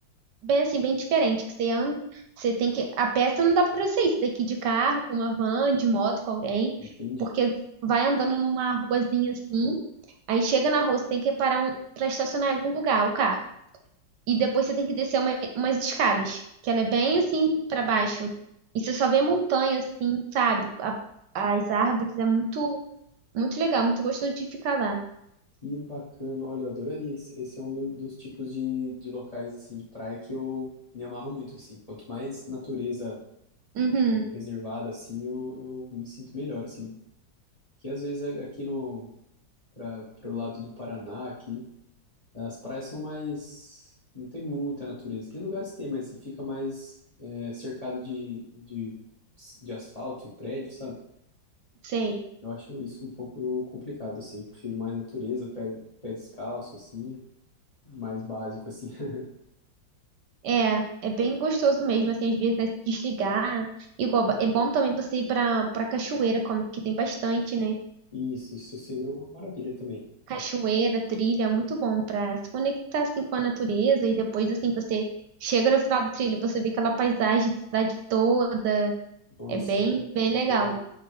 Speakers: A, on the right; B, on the left.
A: bem assim, bem diferente. Que você anda, você tem que. A pé você não dá pra você ir. Você tem que ir de carro, com uma van, de moto, com alguém.
B: Entende?
A: Porque vai andando numa ruazinha assim. Aí chega na rua, você tem que parar um, pra estacionar em algum lugar, o carro. E depois você tem que descer uma- umas escadas, que ela é bem assim pra baixo. E você só vê montanha assim, sabe? A- as árvores é muito muito legal, muito gostoso de ficar lá.
B: Que bacana. Olha, eu adoraria. Esse, esse é um do- dos tipos de, de locais, assim, de praia que eu me amarro muito, assim. Quanto mais natureza
A: Uhum,
B: reservada, assim, eu, eu me sinto melhor, assim. Que às vezes a- aqui no. Para o lado do Paraná, aqui. As praias são mais. Não tem muita natureza. Tem lugares que tem, mas você fica mais é, cercado de, de, de asfalto e prédio, sabe?
A: sei.
B: Eu acho isso um pouco complicado, assim. Eu prefiro mais natureza, pé, pé descalço, assim, mais básico, assim. <laughs>
A: É, é bem gostoso mesmo assim, às vezes né, se desligar. Igual ba- é bom também você ir pra para cachoeira, como que tem bastante, né?
B: Isso, isso seria uma maravilha também.
A: Cachoeira, trilha, é muito bom pra se conectar assim com a natureza e depois assim você chega no final do trilho, você vê aquela paisagem da cidade toda.
B: Nossa,
A: É bem, bem legal.
B: maravilha.